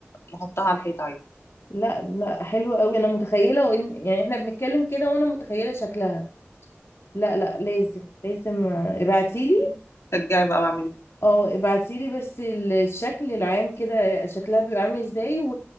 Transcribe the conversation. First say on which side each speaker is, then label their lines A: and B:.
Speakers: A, on the left (about 80°); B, on the left (about 75°).
A: نحطها على الحيط عادي
B: لا لا حلوة قوي أنا متخيلة وإن يعني احنا بنتكلم كده وأنا متخيلة شكلها لا لا لازم لازم آه، ابعتيلي
A: شجعي بقى واعملي
B: اه ابعتيلي بس ال- الشكل العام كده شكلها بيبقى عامل ازاي و...